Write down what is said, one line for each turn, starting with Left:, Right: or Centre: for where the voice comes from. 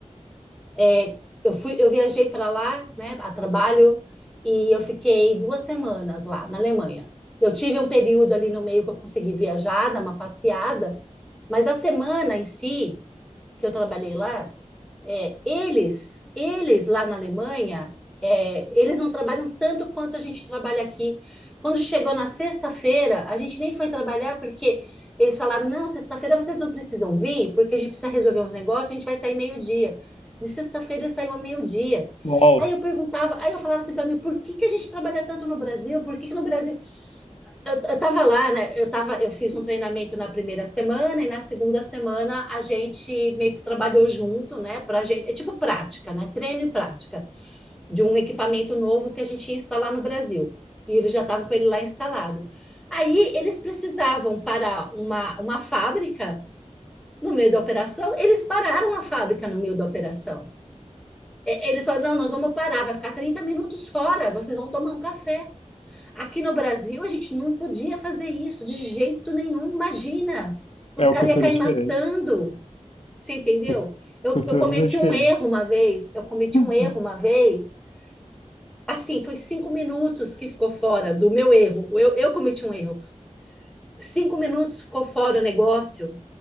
Centre: É, eu fui, eu viajei para lá, né, a trabalho, e eu fiquei duas semanas lá na Alemanha. Eu tive um período ali no meio que eu consegui viajar, dar uma passeada, mas a semana em si que eu trabalhei lá, é, eles, eles lá na Alemanha, é, eles não trabalham tanto quanto a gente trabalha aqui. Quando chegou na sexta-feira, a gente nem foi trabalhar porque eles falaram: não, sexta-feira vocês não precisam vir, porque a gente precisa resolver uns negócios, a gente vai sair meio-dia. De sexta-feira eles saíam a meio-dia.
Left: uau,
Centre: Aí eu perguntava, aí eu falava assim para mim, por que que a gente trabalha tanto no Brasil? Por que que no Brasil? Eu, estava lá, né? Eu tava, eu fiz um treinamento na primeira semana e na segunda semana a gente meio que trabalhou junto, né? Pra gente, é tipo prática, né? Treino e prática de um equipamento novo que a gente ia instalar no Brasil. E eles já estavam com ele lá instalado. Aí eles precisavam parar uma, uma fábrica no meio da operação, eles pararam a fábrica no meio da operação. É, Eles falaram: não, nós vamos parar, vai ficar 30 minutos fora, vocês vão tomar um café. Aqui no Brasil, a gente não podia fazer isso de jeito nenhum, imagina. Os
Left: é
Centre: caras
Left: uma cultura
Centre: iam cair
Left: diferente.
Centre: matando, você entendeu?
Left: Cu-
Centre: Eu,
Left: Cultura
Centre: eu cometi
Left: totalmente
Centre: um
Left: diferente.
Centre: erro uma vez, eu cometi
Left: <laughs>
Centre: um erro uma vez, assim, foi cinco minutos que ficou fora do meu erro, eu, eu cometi um erro. Cinco minutos ficou fora o negócio,